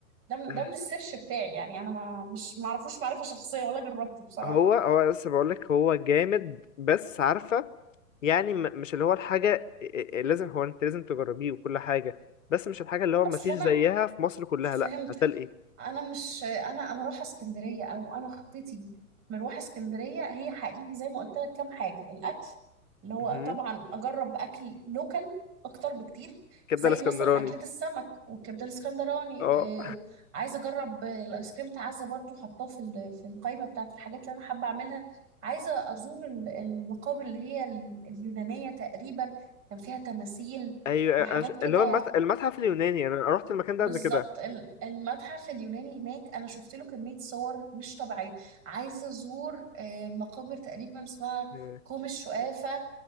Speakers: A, on the right (about 30°); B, on the left (about 60°).
A: ده من
B: آه،
A: ده من السيرش بتاعي يعني انا ما مش ما اعرفوش معرفة شخصية ولا جربته بصراحة
B: هو هو لسه بقول لك هو جامد بس عارفه يعني م- مش اللي هو الحاجة ال- ال- لازم هو انت لازم تجربيه وكل حاجة بس مش الحاجة اللي هو
A: اصلا
B: مفيش
A: انا
B: زيها في مصر كلها لا
A: فهمتك
B: هتلاقي
A: انا مش انا انا رايحه اسكندريه او انا خطتي مروح اسكندريه هي حقيقي زي ما قلت لك كام حاجه الاكل اللي هو
B: مهم.
A: طبعا اجرب اكل لوكال اكتر بكتير
B: كبدة
A: زي
B: الاسكندراني
A: مثلا اكله السمك والكبده الاسكندراني
B: اه
A: آه عايزه اجرب آه، الايس كريم تعزه برضو حطاه في ال- في القائمه بتاعت الحاجات اللي انا حابه اعملها عايزه ازور ال- المقابر اللي هي ال- اليونانيه تقريبا كان فيها تماثيل
B: ايوه
A: وحاجات
B: أنا ش-
A: كده
B: اللي هو المت- المتحف اليوناني انا رحت المكان ده
A: بالظبط
B: قبل كده
A: ال- المتحف اليوناني هناك انا شفت له كميه صور مش طبيعيه عايزه ازور آه، مقابر تقريبا اسمها
B: آه،
A: كوم الشقافه